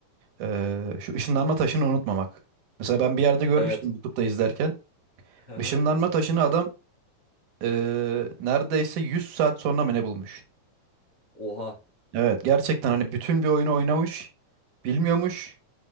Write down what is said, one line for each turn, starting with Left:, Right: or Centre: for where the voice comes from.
Right: eee, şu ışınlanma taşını unutmamak. Mesela ben bir yerde görmüştüm
Left: Evet
Right: YouTube'da izlerken.
Left: Aha.
Right: Işınlanma taşını adam eee, neredeyse 100 saat sonra mı ne bulmuş?
Left: oha
Right: Evet gerçekten hani bütün bir oyunu oynamış, bilmiyormuş.